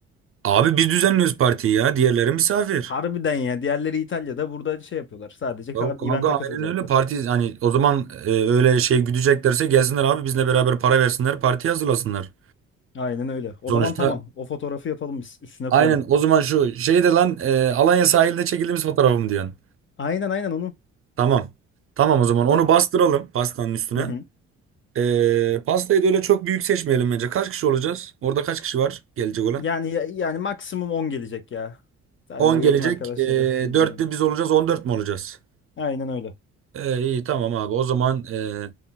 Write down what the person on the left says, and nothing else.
Harbiden ya. Diğerleri İtalya'da burada şey yapıyorlar. Sadece
kar-
event'e katılacaklar.
Aynen öyle. O
zaman tamam. O fotoğrafı yapalım biz. Üstüne
koyalım.
Aynen aynen onu.
Tamam.
Hı hı.
Yani ya- yani maksimum 10 gelecek ya. Sadece
yakın arkadaşları
bildiğin.
Aynen öyle.